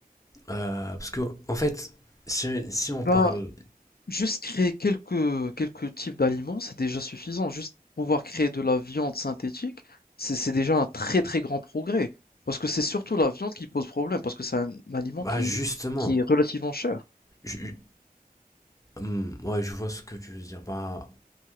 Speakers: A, on the left (about 20°); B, on the left (about 75°).
A: Euh, parce que, en fait, si, si on parle.
B: Ben, juste créer quelques quelques types d'aliments, c'est déjà suffisant. Juste pouvoir créer de la viande synthétique, c'est c'est déjà un très, très grand progrès, parce que c'est surtout la viande qui pose problème, parce que c'est un aliment
A: Bah,
B: qui
A: justement.
B: qui est relativement cher.
A: je- hum, ouais, je vois ce que tu veux dire. Bah,